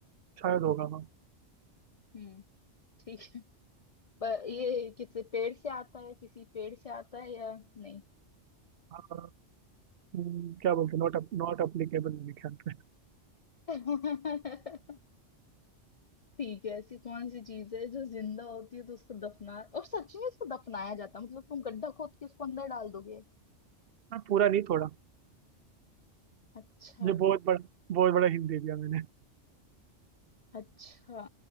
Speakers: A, on the right; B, on the left.
A: शायद होगा हाँ
B: हम्म। ठीक है पर ये किसी पेड़ से आता है किसी पेड़ से आता है या नहीं
A: हाँ, हम्म, क्या बोलते हैं नॉट नॉट अप्लीकेबल मेरे ख्याल से
B: <laughs> ठीक है ऐसी कौन सी चीज है जो जिंदा होती है तो उसको दफना और सच में उसको दफनाया जाता है मतलब तुम गड्ढा खोद के उसको अंदर डाल दोगे
A: मैं पूरा नहीं थोड़ा
B: अच्छा
A: ये बहुत बड़ा बहुत बड़ा हिंट दे दिया मैंने
B: अच्छा